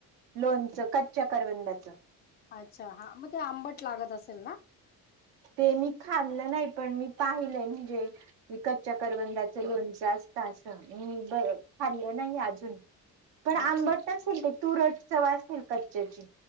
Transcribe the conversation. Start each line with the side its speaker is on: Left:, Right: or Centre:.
Right: लोच कच्च्या करबंदाच
Left: अच्छा हा मग ते आंबट लागत असेल ना
Right: ते मी नाही पण मी पाहिलंय म्हणजे क कच्च्या करबंदाच लोणचं असत म ब खाल्लं नाही अजून पण आंबट
Left: अच्छा
Right: नसेेल ते तुरट च वा असतील कच्च्याची